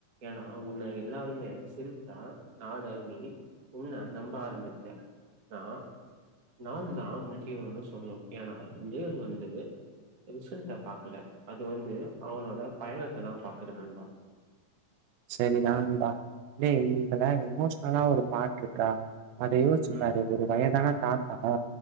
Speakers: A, on the right; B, on the right.
A: ஏனா உன்ன எல்லாருமே சிரிச்சா நாள நீ உன்ன நம்ப ஆரம்பிப்ப நா நாள் நா முக்கியன்னு சொல்லு ஏனா நேரு வந்து ரிசல்ட பாக்கல அது வந்து அவனோட பயணத்த தா பாக்குது நண்பா
B: சரிதா நண்பா நீங்கல்லா எமோஷனலா ஒரு பாட்டு இருக்க அத யோசுச்சுப்பாரு
A: ம்
B: ஒரு வயதான தாத்தா